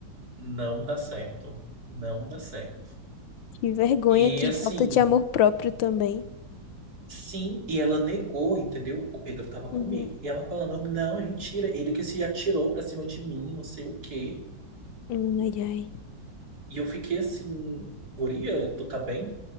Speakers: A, on the right (about 50°); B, on the left (about 80°).
A: não dá certo. Não dá certo.
B: Que vergonha,
A: E
B: que
A: assim.
B: falta de amor próprio também.
A: Sim, e ela negou, entendeu? O Pedro tava comigo.
B: Uhum.
A: E ela falando, não, é mentira. Ele que se atirou pra cima de mim, não sei o quê.
B: Hum, Ai, ai.
A: E eu fiquei assim, guria, tu tá bem?